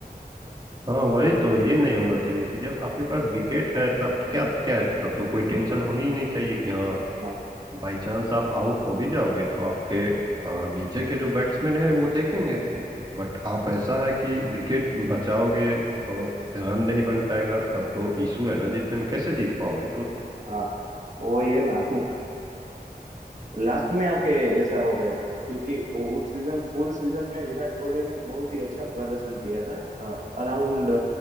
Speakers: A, on the right; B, on the right.
A: हाँ वही तो ये नहीं होना चाहिए कि जब आपके पास विकेट है तब क्या क्या तब तो कोई टेंशन होनी ही नहीं चाहिए कि हाँ
B: हाँ
A: बाई चांस आप आउट हो भी जाओगे तो आपके हाँ, नीचे के जो बैट्समैन हैं वो देखेंगे बट आप ऐसा है कि विकेट बचाओगे और रन नहीं बन पाएगा तब तो इशू है ना जीतने में कैसे जीत पाओगे तो
B: हाँ वो ये ना लास्ट में आके ऐसा हो गया क्योंकि वो- उस सीजन फुल सीजन में विराट कोहली ने बहुत ही अच्छा प्रदर्शन किया था अराउंड